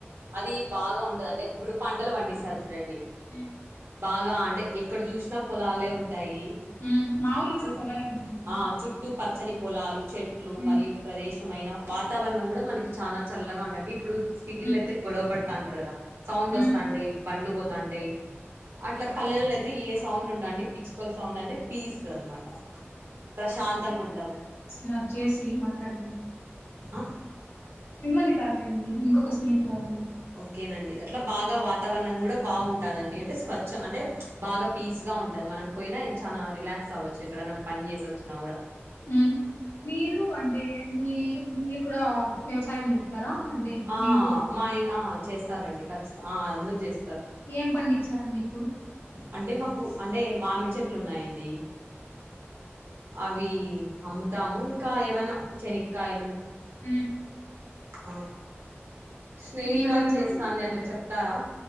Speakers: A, on the right (about 65°); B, on the left (about 60°).
A: అది బాగ ఉంటది అంటే ఇప్పుడు పంటలు పండిస్తారు చూడండి,
B: మ్
A: బాగ అంటే, ఎక్కడ చూసినా పొలాలే ఉంటాయి.
B: ఉమ్ మా ఊర్లో
A: చి
B: కూడా పొలాలే ఉంటాయండి
A: ఆ చుట్టూ పచ్చని పొలాలు, చెట్లు
B: ఉమ్
A: మరియు ప్రదేశ మైన వాతావరణం కూడ మనకి చాన చల్లగా ఉంటది అంటే ఇప్పుడు సిటీలో
B: ఉమ్
A: అయితే గొడవ పడతాంటారు కదా! సౌండ్లు
B: ఉమ్
A: వస్తాంటాయి, బండ్లు పోతాంటాయి. అట్ల పల్లెలో అయితే ఏ సౌండ్ ఉండవ్ అన్ని పిచ్ కల్ సౌండ్ అంటే పీస్ అనమాట ప్రశాంతంగ ఉంటాది.
B: నాకు చేసి మాట్లాడమను
A: అ
B: మిమ్మల్ని కాదులేండి ఇంకొక స్నేహితురాలని
A: ఓకేనండి అట్ల బాగ వాతావరణం కూడ బాగు టాదండి అంటే స్వచ్చ అంటే బాగా పీస్ గా ఉంటది మనం పోయినా చాన రిలాక్స్ అవ్వచ్చు ఎక్కడన్న పని చేసొచ్ నగుడ
B: మ్ మీరు అంటే మీ మీరు కూడ వ్యవసాయం చేస్తార? అంటే,
A: ఆ
B: మీ ఊర్లో
A: మాయ్ ఆ చేస్తారండి ఖచ్చిత ఆ అందరు చేస్
B: ఏం పండించారండి ఇప్పుడు
A: అంటే మాకు అంటే మామిడి చెట్లు ఉన్నాయండి
B: ఆ
A: అవి అమ్ముతాము ఇంకా ఏవన్నా శనక్కయలు
B: ఉమ్
A: ఆ స్నేహితురాలు
B: మేమైతే
A: చేస్తాంది అట్లా చెప్తారా